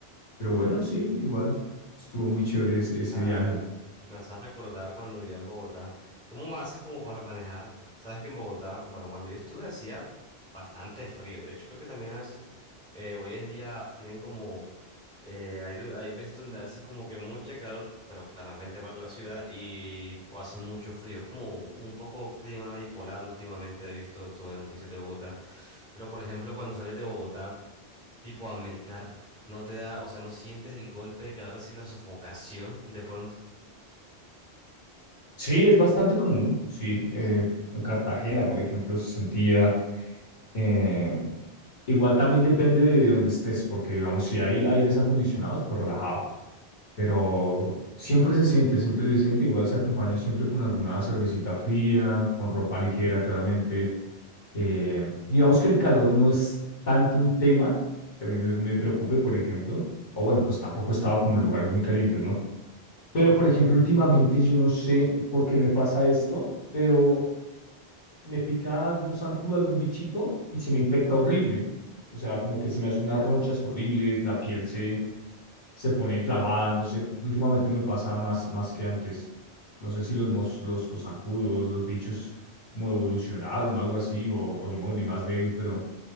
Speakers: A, on the left (about 50°); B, in the centre.
A: pero bueno, sí, igual estuvo muy chévere ese, ese
B: Ah,
A: viaje.
B: me hace recordar cuando vivía en Bogotá. ¿Cómo me haces como para manejar? Sabes que en Bogotá, bueno, cuando yo estuve hacía bastante frío. De hecho, creo que también a veces eh, hoy en día tienen como, eh, hay, du- hay veces donde hace como que mucho calor, pero claramente para la ciudad y o hace mucho frío. Es como un poco clima bipolar últimamente he visto sobre las noticias de Bogotá. Pero por ejemplo, cuando sales de Bogotá... tipo a Melgar, no te da, o sea, no sientes el golpe de que ahora sí la sofocación de pronto.
A: Sí, es bastante común, sí. eh, en Cartagena, por ejemplo, se sentía... eh, igual también depende de dónde estés, porque digamos, si hay aires acondicionados, pues relajado. pero siempre se siente, siempre se siente, igual se acompaña siempre con alguna cervecita fría, con ropa ligera, claramente. Eh, digamos que el calor no es tanto un tema que a mí me, me preocupe, por ejemplo, o bueno, pues tampoco he estado como en lugares muy calientes, ¿no? Pero, por ejemplo, últimamente yo no sé por qué me pasa esto, pero me pica algún zancudo, algún bichito y se me infecta horrible. O sea, como que se me hacen unas ronchas horribles, la piel se, se pone inflamada, no sé. Últimamente me pasa más, más que antes. No sé si los, mos- los, los zancudos, los bichos como evolucionaron o algo así, o, o yo me volví más débil, pero,